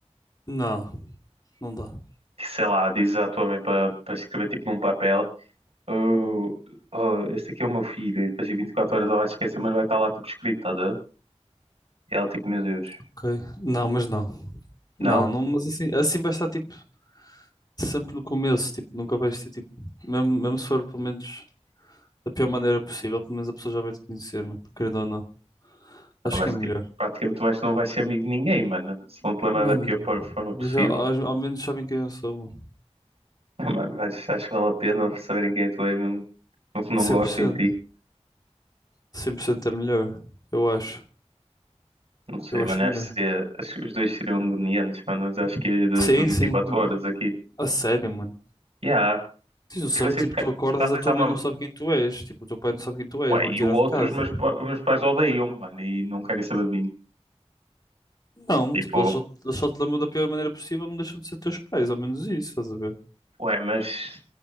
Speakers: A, on the left (about 35°); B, on the right (about 60°).
A: Não, não dá.
B: Sei lá, dizes à tua mãe para para escrever, tipo, num papel. oh, oh, este aqui é o meu filho, e depois de 24 horas ela vai esquecer, mas vai estar lá tipo escrito, estás a ver? E ela tipo, meu Deus,
A: Ok? Não, mas não.
B: não,
A: Não, não, mas assim, assim vai estar tipo sempre no começo, tipo, nunca vais ter tipo, mesmo, mesmo se for pelo menos da pior maneira possível, pelo menos a pessoa já vai te conhecer, mano, querendo ou não. Acho
B: não vais,
A: que é melhor.
B: tipo, praticamente vais, não vais ser amigo de ninguém, mano. Se vão te lembrar
A: Mano,
B: da pior por- forma possível,
A: mas já, ao, ao menos sabem quem eu sou, mano.
B: <laughs> Não, Mano, mas acho que vale a pena saberem quem tu és, mesmo mesmo que não
A: cem
B: gostem
A: por cento
B: de ti.
A: cem por cento é melhor, eu acho.
B: Não sei,
A: Eu
B: mano,
A: acho
B: acho
A: melhor.
B: que seria, acho que os dois seriam agoniantes, mano, mas acho que é do,
A: Sim,
B: do vinte
A: sim.
B: e quatro horas aqui.
A: A sério, mano.
B: Yeah,
A: Tens noção
B: tive sido,
A: que tipo,
B: ca-
A: tu acordas,
B: talvez
A: a tua
B: há uma.
A: mãe não sabe quem tu és, tipo, o teu pai não sabe quem tu és,
B: Ué,
A: vão te
B: e
A: tirar
B: o
A: de
B: outro,
A: casa.
B: os meus, pa- os meus pais odeiam, mano, e não querem saber de mim.
A: Não,
B: Tipo,
A: tipo, eles só, eles só te lembram da pior maneira possível, não deixam de ser teus pais, ao menos isso, estás a ver?
B: ué, mas